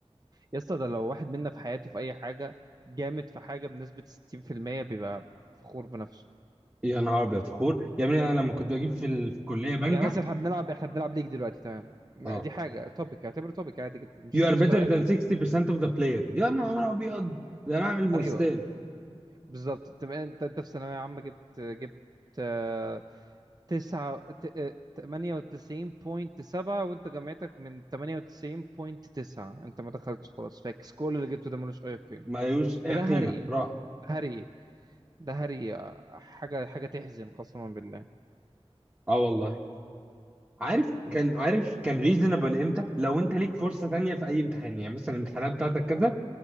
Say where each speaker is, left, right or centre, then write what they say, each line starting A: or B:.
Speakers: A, on the right; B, on the right.
A: يا اسطى ده لو واحد منا في حياته في اي حاجه جامد في حاجه بنسبه 60% بيبقى فخور بنفسه
B: يا نهار ابيض خور يا ابني انا لما كنت بجيب في ال- في الكليه بنجح
A: يعني مثلا احنا بنلعب احنا بنلعب ليج دلوقتي تمام ما-
B: اه
A: دي حاجه توبيك اعتبره توبيك عادي جدا مش
B: you
A: في
B: are
A: مستويات
B: better than 60% of the player يا نهار ابيض ده انا اعمل مرستان
A: ايوه بالظبط تبقى انت انت في ثانوية عامة جبت جبت آه، تسعة ت- آه، تمانية وتسعين بوينت سبعة وانت جامعتك من تمانية وتسعين بوينت تسعة انت ما دخلتش خلاص فاكس كل اللي جبته ده ملوش أي قيمة
B: ملوش اي
A: ده
B: قيمه
A: هري
B: راح
A: هري ده هري آه، حاجة حاجة تحزن قسما بالله
B: اه والله عارف كان عارف كان ريزونبل امتى لو انت ليك فرصه تانية في اي امتحان يعني مثلا الامتحانات بتاعتك كذا